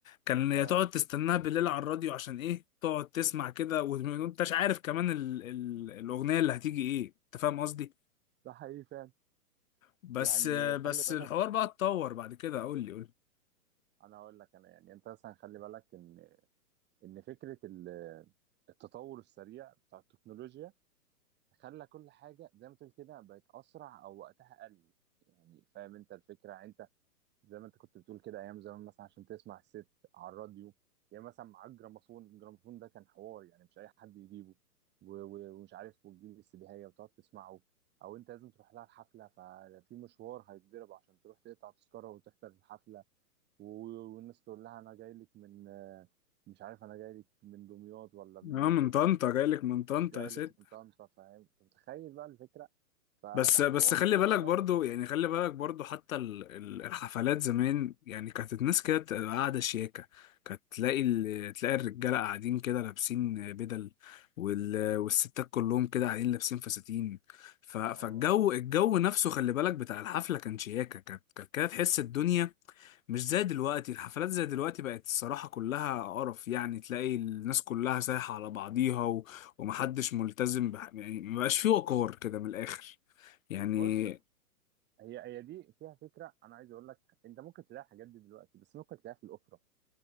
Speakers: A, on the left; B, on the right.
A: كان يا
B: اه
A: تقعد تستناها بالليل على الراديو عشان ايه تقعد تسمع كده وانتش عارف كمان ال ال الاغنيه اللي هتيجي ايه انت فاهم قصدي
B: ده حقيقي فعلا
A: بس
B: يعني
A: آه،
B: خلي
A: بس
B: بالك
A: الحوار بقى اتطور بعد كده قول لي قول لي
B: انا اقول لك انا يعني انت مثلا خلي بالك ان ان فكره ال- التطور السريع بتاع التكنولوجيا خلى كل حاجه زي ما تقول كده بقت اسرع او وقتها قل يعني فاهم انت الفكره يعني انت زي ما انت كنت بتقول كده ايام زمان مثلا عشان تسمع الست على الراديو يعني مثلا معاك جراموفون الجراموفون ده كان حوار يعني مش اي حد يجيبه و- و- ومش عارف وتجيب السيديهيه وتقعد تسمعه او انت لازم تروح لها الحفله ففي مشوار هيتضرب عشان تروح تقطع تذكره وتحضر الحفله و- والناس تقول لها انا جاي لك من آه، مش عارف انا جاي لك من دمياط ولا منين
A: اه
B: يا
A: من
B: ست
A: طنطا جايلك من طنطا
B: جاي
A: يا
B: لك
A: ست
B: من طنطا فاهم انت متخيل بقى الفكره فلا
A: بس بس
B: هو التطور
A: خلي بالك
B: ده
A: برضو
B: اصلا
A: يعني خلي بالك برضو حتى ال- ال- الحفلات زمان يعني كانت الناس كده بتبقى قاعدة شياكة كانت تلاقي ال- تلاقي الرجالة قاعدين كده لابسين بدل وال- والستات كلهم كده قاعدين لابسين فساتين ف- فالجو
B: اه
A: الجو نفسه خلي بالك بتاع الحفلة كان شياكة كانت كانت كده تحس الدنيا مش زي دلوقتي الحفلات زي دلوقتي بقت الصراحة كلها قرف يعني تلاقي الناس كلها سايحة على بعضيها و... ومحدش ملتزم بح... يعني مبقاش فيه وقار كده من الآخر يعني
B: بص هي هي دي فيها فكره انا عايز اقول لك انت ممكن تلاقي الحاجات دي دلوقتي بس ممكن تلاقيها في الاوبرا